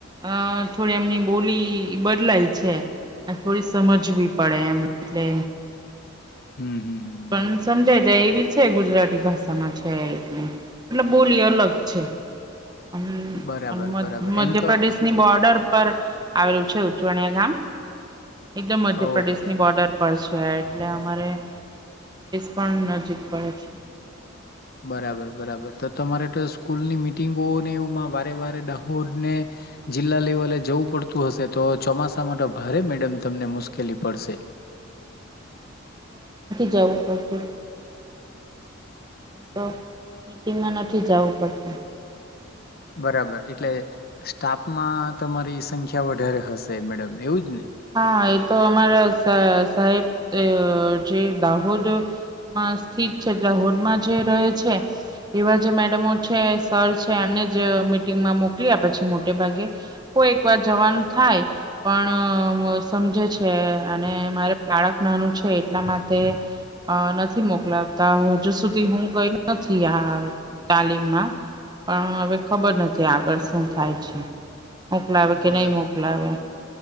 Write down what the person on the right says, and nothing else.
અહ થો આપણે એમની બોલી બદલાય છે. અને થોડી સમજવી પડે એમ એટલે.
પણ સમજાઈ જાય એવી છે ગુજરાતી ભાષામાં છે એ એટલે. એટલે બોલી અલગ છે. હમ્મ
અન મધ
મધ્યપ્રદેશની
બોર્ડર પર આવેલું છે ઉચવણીયા ગામ. એકદમ મધ્યપ્રદેશની
બોર્ડર પર છ છે, એટલે અમારેપ પણ નજીક પડે છે.
જાવું પડતું. તો મીટિંગમાં નથી જવું પડતું.
હા એ તો અમારા સ સાહેબ અહ જે દાહોદ માં સ્થિત છે દાહોદ માં જે રહે છે એવા જે મેડમો છે, સર છે. એમને જ મીટિંગમાં મોકલી આપે છે. મોટે ભાગે. કોઈક વાર જવાનું થાય, પણ અહ સમજે છે, અને મારે બાળક નાનું છે એટલા માટે અહ નથી મોકલાવતા. હજુ સુધી હું ગઈ નથી આ.. તાલીમમાં. પણ, હવે ખબર નથી આગળ શું થાય છે. મોકલાવે
કે, નહીં મોકલાવે.